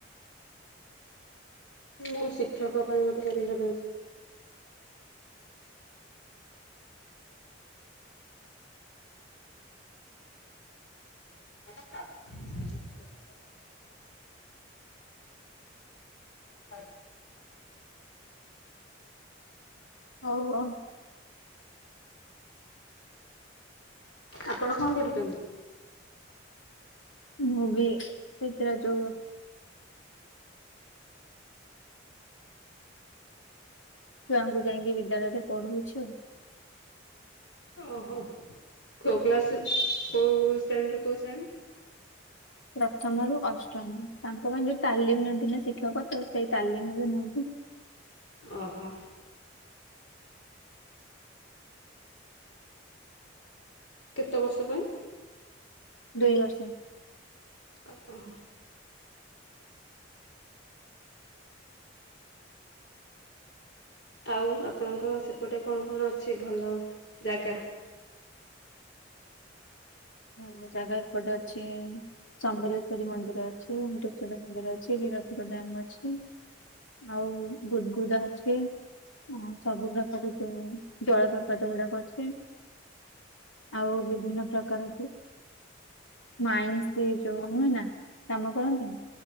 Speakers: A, on the left; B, on the left.
A: ମୁଁ ଶିକ୍ଷକ ପାଇଁ ଗୋଟେ ପରୀକ୍ଷା ଦଉଚି। <unintelligible> ହରେ
B: ହଉ ହଉ।
A: ଆପଣ କଣ ପଢ଼ୁଚନ୍ତି?
B: ମୁଁ ବି ସେଇଥିର ଯୋଉ ଛୁଆଙ୍କୁ ଯାଇକି ବିଦ୍ୟାଳୟ ରେ ପଢଉଚୁ।
A: ଓହୋ କୋଉ କ୍ଲାସରେ କୋଉ ଶ୍ରେଣୀ ରୁ କୋଉ ଶ୍ରେଣୀ?
B: ପ୍ରଥମରୁୁ ଅଷ୍ଟମ ତାଙ୍କ ପାଇଁ ଯୋଉ ତାଲିମ ନିଅନ୍ତି ନା ଶିକ୍ଷକ ତ ସେଇ ତାଲିମରେ ନିଅନ୍ତି।
A: ଓହୋ। କେତେ ବର୍ଷ ପାଇଁ?
B: ଦୁଇ ବର୍ଷ।
A: ଓ ହ। ଆଉ ଆପଣଙ୍କ ସେପଟେ କଣ କଣ ଅଛି ଭଲ ଜାଗା?
B: ଭଲ ଜାଗା ଏପଟେ ଅଛି ସମ୍ବଲେଶ୍ୱରୀ ମନ୍ଦିର ଅଛି ହିର ଚୋରା ମନ୍ଦିର ଅଛି ହୀରାକୁଦ ଡାମ ଅଛି। ଆଉ ଗୁଦ ଗୁଦା ଅଛି। ହ ସବୁ ପ୍ରକାର ଯୋଉ ଜଳପ୍ରପାତ ଗୁଡାକ ଅଛି। ଆଉ ବିଭିନ୍ନ ପ୍ରକାର ମାଇନସ୍ ରେ ଯୋଉ ନୁହେ ନା କାମ କରନ୍ତିନି?